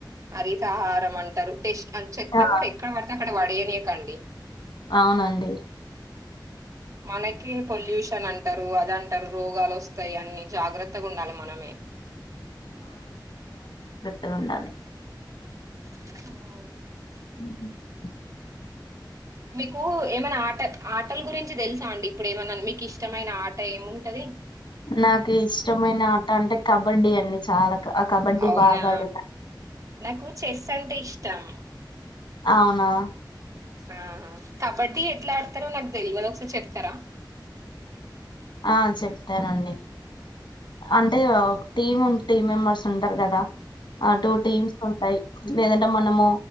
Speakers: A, on the right; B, on the left.
A: హరితాహారం అంటరు డెష్ చెత్త
B: ఆ
A: గూడ ఎక్కడ వడితే అక్కడ వడె ఏకండి
B: అవునండి
A: మనకి పొల్యూషన్ అంటరు అదంటరు రోగాలు ఒస్తయి అన్ని జాగ్రత్తగా ఉండాలి మనమే
B: జూన్ లనే
A: ఆ
B: ఆ
A: మీకు ఏమైనా ఆట ఆటల గురించి దెల్సా అండి ఇప్పుడు ఏమన్నా మీకు ఇష్టమైన ఆట ఏముంటది
B: నాకు ఇష్టమైన ఆట అంటే కబడ్డీ అండి చాలా అ కబడ్డీ
A: అవునా
B: బాగాడుత
A: నాకు చెస్ అంటే ఇష్టం
B: అవునా
A: ఆహా కబడ్డీ ఎట్లా ఆడతారో నాకు దెల్వద్ ఒకసారి జెప్తరా
B: ఆ చెప్తానండి అంటే ఒ టీమ్ టీమ్ మెంబర్స్ ఉంటరు గదా ఆ టూ టీమ్స్ తో టయ్ లేదంటే మనము